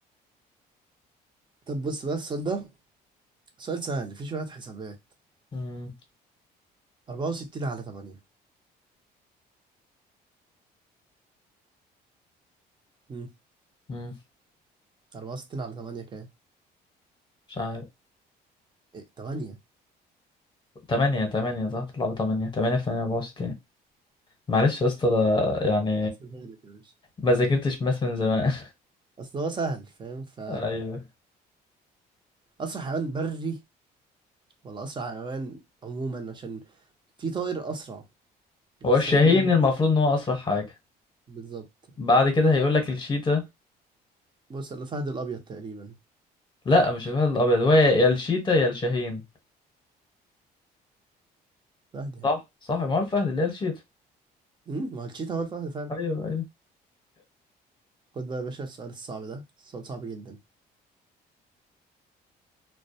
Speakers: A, on the right (about 25°); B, on the left (about 30°).
A: طب بص بقى السؤال ده سؤال سهل فيه شوية حسابات
B: مم.
A: أربعة وستين على تمانية امم
B: مم.
A: أربعة وستين على تمانية كام؟
B: مش عارف
A: إيه تمانية
B: تمانية تمانية صح تطلع بتمانية تمانية في تمانية أربعة وستين معلش يا اسطى ده يعني
A: هحسبها لك يا باشا
B: ما ذاكرتش ماس من زمان
A: أصل هو سهل فاهم ف
B: <laughs> أيوه
A: أسرع حيوان بري ولا أسرع حيوان عموما عشان في طائر أسرع بس
B: هو الشاهين
A: إحنا
B: المفروض إن هو أسرع حاجة
A: بالظبط
B: بعد كده هيقولك الشيتا
A: بص الفهد الأبيض تقريبا
B: لا مش الفهد الأبيض هو يا يا الشيتا يا الشاهين
A: فهد يعني
B: صح صح ما هو الفهد اللي هي الشيتا
A: امم ما هو الشيتا هو الفهد فعلا
B: أيوه أيوه
A: خد بقى يا باشا السؤال الصعب ده السؤال صعب جدا